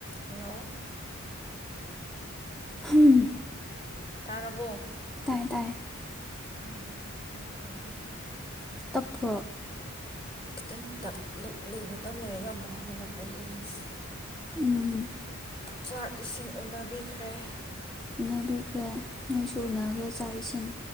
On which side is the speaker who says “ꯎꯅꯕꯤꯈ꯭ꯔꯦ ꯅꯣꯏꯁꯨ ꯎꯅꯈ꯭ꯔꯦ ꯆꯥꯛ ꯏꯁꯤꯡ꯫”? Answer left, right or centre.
Centre